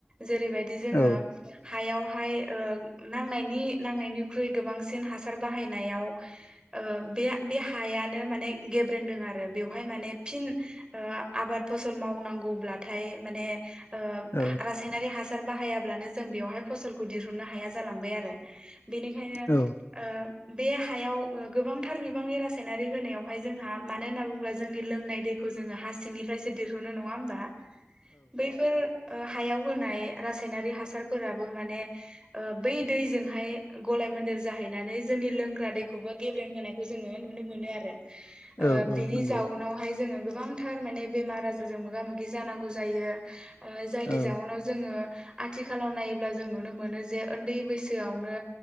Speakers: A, on the right (about 20°); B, on the left (about 65°).
A: जेरैबायदि जोङो
B: औ
A: हायावहाय ओ नांनायनि नांनायनिख्रुइ गोबांसिन हासार बाहायनायाव ओ बे बे हायानो माने गेब्रेंदों आरो बेवहाय माने फिन ओ आबाद फसल मावनांगौब्लाथाय माने ओ
B: औ
A: रासा नारि हासार बाहायाबानो जों बेयावहाय फसलखौ दिहुननो हाया जालांबाय आरो। बेनिखायनो
B: औ
A: ओ बे हायाव ओ गोबांथार बिबांनि रासायनारि होनायावहाय जोंहा मानो होनना बुङोब्ला जोंनि लोंनाय दै खौ जोङो हा सिंनिफ्रायसो दिरहुनो नङा होमबा? बैफोर हायाव होनाय रासायनारि हासारफोराबो माने ओ बै दैजोंहाय गलाय मन्देर जाहैनानै जोंनि लोंग्रा दैखौबो गेब्रें होनाय जोङो नुनो मोनो आरो
B: औ
A: ओ
B: औ
A: बेनि
B: नंगौ
A: जाउनावहाय जोङो गोबां थार माने बेमार आजारजों मोगा मोगि जानांगौ जायो ओ जायनि
B: औ
A: जउनाव जोङो आथिखालाव नायोब्ला जों नुनो मोनो जे उन्दै बैसोआवनो